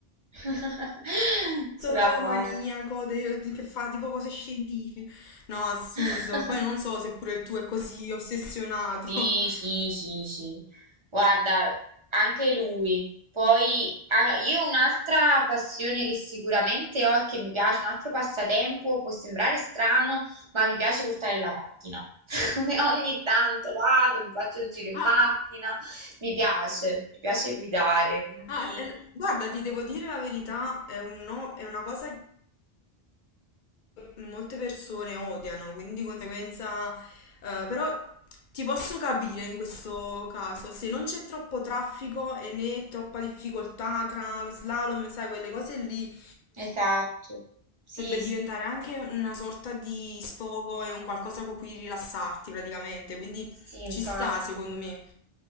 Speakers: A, on the right (about 35°); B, on the left (about 60°).
A: <laughs>
B: tutto
A: Ce la faccio.
B: maniaco de- che fa tipo cose scientifiche. No, assurdo.
A: <laughs>
B: Poi non so se pure il tuo è così ossessionato.
A: Sì,
B: <laughs>
A: sì, sì, sì. Guarda, anche lui. Poi ah, io un'altra passione che sicuramente ho e che mi piace, un altro passatempo, può sembrare strano, ma mi piace portare la macchina. <laughs> Come Ogni tanto vado, mi faccio un giro in
B: Ah,
A: macchina, mi piace, mi piace guidare, quindi
B: ah, eh, guarda, ti devo dire la verità, è un no- è una cosa che molte persone odiano, quindi di conseguenza, eh, però ti posso capire in questo caso, se non c'è troppo traffico e né troppa difficoltà tra lo slalom, sai, quelle cose lì
A: esatto. Sì,
B: Potrebbe
A: sì.
B: diventare anche una sorta di sfogo e un qualcosa con cui rilassarti praticamente, quindi
A: Sì, infatti.
B: ci sta secondo me.